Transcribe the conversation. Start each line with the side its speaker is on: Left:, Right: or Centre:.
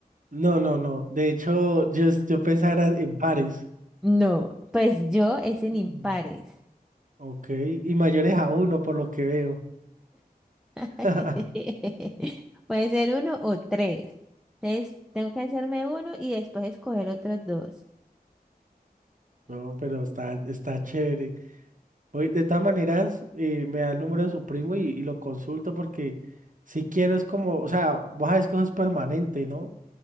Right: No, no, no. De hecho, yo, es- yo pensaba era en pares.
Centre: No. Pues yo es en
Right: Mm.
Centre: impares.
Right: Ok. Y mayores a uno, por lo que veo.
Centre: <laughs>
Right: <laughs>
Centre: Puede ser uno o tres. Entonces, tengo que hacerme uno y después escoger otros dos
Right: No, pero está, está chévere. Oye, de todas maneras, eh, me da el número de su primo y, y lo consulto porque si quiero es como, o sea, vos sabes que eso es permanente, ¿no?